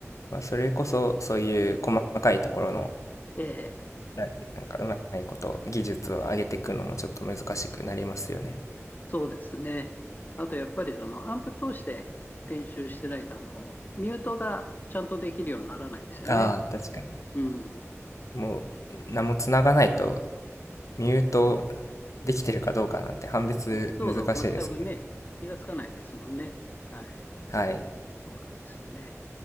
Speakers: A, on the left; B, on the left.
A: まあ、それこそそういう細かいところの、
B: ええ、
A: なんなんかうまいこと技術を上げていくのもちょっと難しくなりますよね。
B: そうですね。あと、やっぱりその、アンプ通して練習してないと、あの、ミュートがちゃんとできるようにならないですよね。
A: ああ、確かに。
B: うん。
A: もう何も繋がないとミュートできてるかどうかなんて判別難しいですもんね。
B: そうそう、全くね、気がつかないですもんね。はい。
A: はい。
B: そうなんですよね。